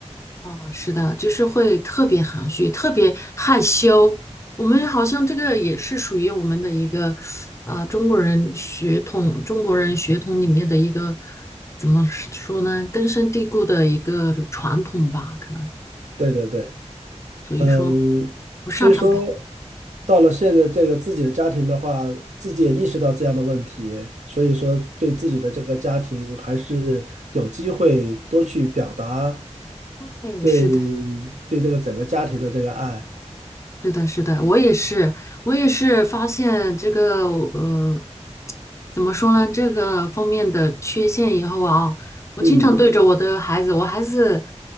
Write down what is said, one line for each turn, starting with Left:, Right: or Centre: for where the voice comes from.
Left: 嗯，是的，就是会特别含蓄，特别害羞。我们好像这个也是属于我们的一个，呃，中国人血统，中国人血统里面的一个，怎么说呢？根深蒂固的一个传统吧，可能。
Right: 对对对，
Left: 所以说，
Right: 嗯，
Left: 不擅长表
Right: 所以说到了现在这个自己的家庭的话，自己也意识到这样的问题，所以说对自己的这个家庭还是有机会多去表达
Left: 现，对是的。
Right: 对对这个整个家庭的这个爱，
Left: 是的，是的，我也是，我也是发现这个呃，怎么说呢？这个方面的缺陷以后啊，我经常对着我的孩子，
Right: 嗯，
Left: 我孩子